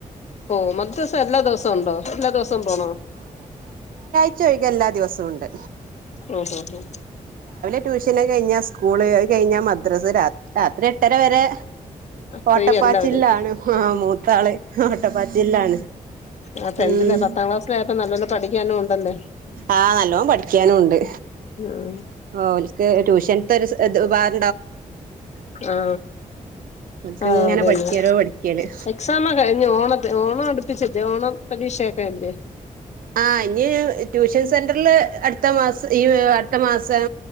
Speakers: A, on the left (about 50°); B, on the right (about 70°).
A: ഓ മദ്രസ എല്ലാ ദിവസം ഉണ്ടോ? എല്ലാ ദിവസം പോണോ
B: ഉച്ച കഴിഞ്ഞ് എല്ലാ ദിവസവും ഉണ്ട്
A: ഉം, ഉം, ഉം
B: ട്യൂഷന് കഴിഞ്ഞാ സ്കൂള്, അത് കഴിഞ്ഞാൽ മദ്രസ, രാത്രി എട്ടര വരെ
A: ഫ്രീ
B: ഓട്ടപ്പാച്ചിൽല്ലാണ്
A: എല്ലാവരും
B: ആ മൂത്താള് ഓട്ടപ്പാച്ചിൽല്ലാണ്
A: ആഹ് ടെൻത്തിലെ
B: ഉം
A: പത്താം ക്ലാസ്സിലായപ്പോ നല്ലോലെ പഠിക്കാനും ഉണ്ടല്ലേ
B: ആഹ് നല്ലോണം പഠിക്കാനുണ്ട്
A: ആഹ്
B: ഓര്ക്ക് ട്യൂഷൻ <unintelligible>
A: ആ
B: ഓൽക്ക്
A: ആ
B: ഇങ്ങനെ
A: അതന്നെ
B: പഠിക്കലോ പഠിക്കല്
A: എക്സാമൊ കഴിഞ്ഞ് ഓണ ഓണം അടുപ്പിച്ചിട്ടേ ഓണം പരീക്ഷയൊക്കെ അല്ലെ
B: ആ ഇഞ് ടൂഷാ ട്യൂഷൻ സെന്ററിൽ അടുത്ത മാസം ഈ ഏഹ് അടുത്ത മാസം